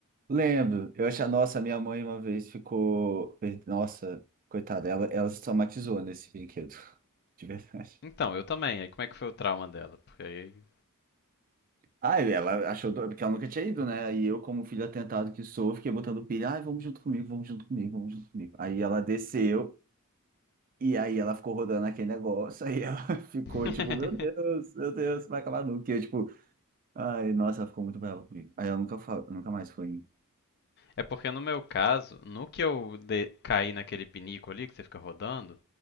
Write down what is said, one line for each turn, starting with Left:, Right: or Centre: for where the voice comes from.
Right: Lembro, eu achei, nossa, minha mãe uma vez ficou. Nossa, coitada, ela, ela se traumatizou nesse brinquedo, <laughs> de verdade.
Left: Então, eu também. Aí como é que foi o trauma dela? Porque aí
Right: Ah, e ela achou, do- porque ela nunca tinha ido, né? E eu, como filho atentado que sou, fiquei botando pilha, ai, vamos junto comigo, vamos junto comigo, vamos junto comigo. Aí ela desceu, e aí ela ficou rodando aquele negócio, aí ela <laughs> ficou
Left: <laughs>
Right: tipo, meu Deus, meu Deus, vai acabar nunca. E eu, tipo, Ai, nossa, ela ficou muito brava comigo. Aí ela nunca, fa- nunca mais foi.
Left: É porque no meu caso, no que eu de- caí naquele pinico ali que você fica rodando,